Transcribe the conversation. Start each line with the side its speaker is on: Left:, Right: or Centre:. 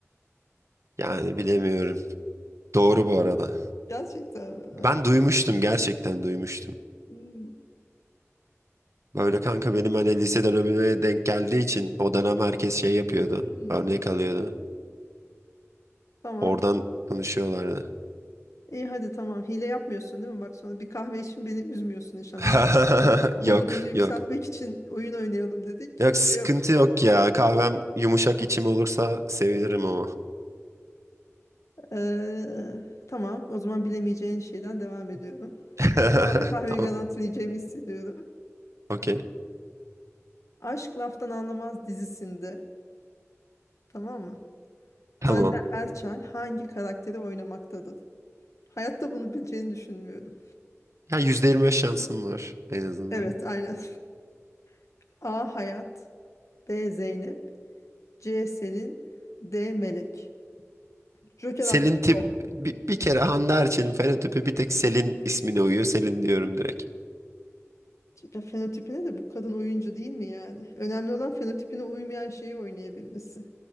Right: Yani bilemiyorum. Doğru bu arada.
Left: Gerçekten mi? Aa,
Right: Ben duymuştum, gerçekten duymuştum.
Left: hmm,
Right: Böyle kanka benim hani lise dönemine denk geldiği için o dönem herkes şey yapıyordu.
Left: hmm.
Right: Örnek alıyordu.
Left: Tamam.
Right: Oradan konuşuyorlardı.
Left: İyi hadi tamam. Hile yapmıyorsun değil mi? Bak sonra bir kahve için beni üzmüyorsun inşallah.
Right: <laughs>
Left: Biz <laughs>
Right: Yok,
Left: modumuzu yükseltmek
Right: yok.
Left: için oyun oynayalım dedik.
Right: Yok
Left: Şuraya
Right: sıkıntı yok ya. Kahvem yumuşak içim olursa sevinirim ama.
Left: Ee, tamam, o zaman bilemeyeceğin şeyden devam ediyorum.
Right: <laughs>
Left: Şu anda kahveyi
Right: Tamam,
Left: garantileyeceğimi hissediyorum.
Right: okey.
Left: Aşk Laftan Anlamaz dizisinde, tamam mı? Hande
Right: Tamam.
Left: Erçel hangi karakteri oynamaktadır? Hayatta bunu bileceğini düşünmüyorum.
Right: Ya %25 şansım var en azından.
Left: Evet, aynen. <laughs> A. Hayat B. Zeynep C. Selin D. Melek Joker
Right: Selin
Left: hakkı
Right: tip
Left: yok.
Right: bir, bir kere Hande Erçel'in fenotipi bir tek Selin ismine uyuyor. Selin diyorum direkt.
Left: Ya fenotipine de bu kadın oyuncu değil mi yani? Önemli olan fenotipine uymayan şeyi oynayabilmesi.